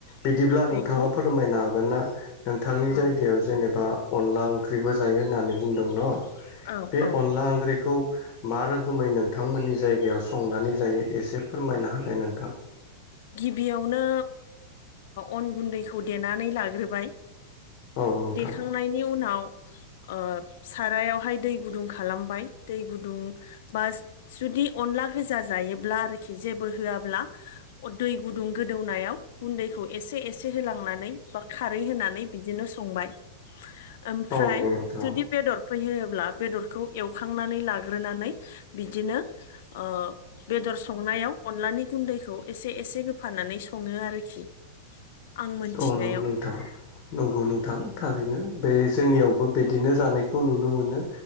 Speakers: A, on the left (about 30°); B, on the left (about 50°).
A: बिदिब्ला नोंथाङा
B: बेखौ
A: फोरमायनो हागोन ना? नोंथांनि
B: औ
A: जायगायाव जेनेबा अनला ओंख्रिबो जायो होननानै बुंदों न
B: औ
A: बे
B: औ
A: अनला ओंख्रिखौ मा रोखोमै नोंथांमोननि जायगायाव संनानै जायो एसे फोरमायना होनाय नोंथां।
B: गिबियावनो अन गुन्दैखौ देनानै लाग्रोबाय
A: औ नोंथां
B: देखांनायनि उनाव ओ सारायावहाय दै गुदुं खालामबाय दै गुदुं बा जुदि अनला गोजा जायोब्ला आरोखि जेबो होआब्ला दै गुदुं गोदौनायाव गुन्दैखौ एसे एसे होलांनानै बा खारै होनानै बिदिनो संबाय ओमफ्राय
A: औ नंगौ नोंथां
B: जुदि
A: औ
B: बेदर थुफैहयोब्ला बेदरखौ एवखांनानै लाग्रोनानै बिदिनो ओ बेदर संनायाव अनलानि गुन्दैखौ एसे एसे होफाननानै सङो आरोखि आं मोनथिनायाव
A: औ नंगौ नोंथां नंगौ नोंथां थारैनो। बे जोंनियावबो बिदिनो जानायखौ नुनो मोनो